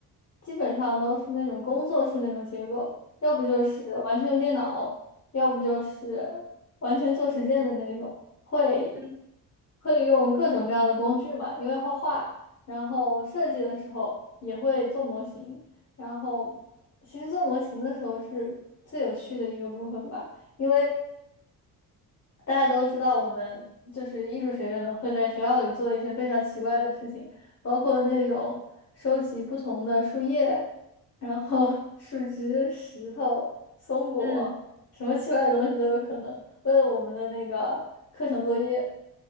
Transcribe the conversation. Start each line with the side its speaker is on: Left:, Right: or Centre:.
Left: 基本上都是那种工作室那种结构，要不就是完全用电脑，要不就是完全做实践的那种，会
Centre: 嗯
Left: 会用各种各样的工具嘛，因为画画，然后设计的时候也会做模型。然后其实做模型的时候是最有趣的一个部分吧，因为大家都知道我们就是艺术学院的会在学校里做一些非常奇怪的事情，包括那种收集不同的树叶，然后 <laughs> 树枝、石头、松果，
Centre: 嗯嗯，
Left: 什么奇怪的东西都有可能，为了我们的那个课程作业。